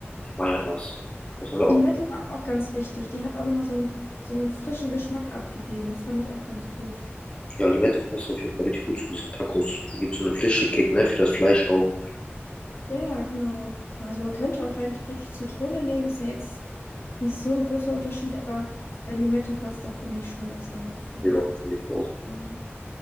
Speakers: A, on the left (about 25°); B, on the left (about 70°).
A: das war ja was. Das haben wir
B: Die
A: auch.
B: Limette war auch ganz wichtig. Die hat auch nochmal so einen, so einen frischen Geschmack abgegeben. Das fand ich auch ganz gut.
A: Ja, Limette passt auf jeden Fall richtig gut zu diesen Tacos. Die gibt so eine frische Kick, ne, für das Fleisch auch.
B: Ja, ja, genau. Also man könnte auch rein theoretisch Zitrone nehmen, ist ja jetzt nicht so ein großer Unterschied, aber äh, Limette-Pasta finde ich schon besser dazu.
A: Ja, finde ich auch.
B: Ja.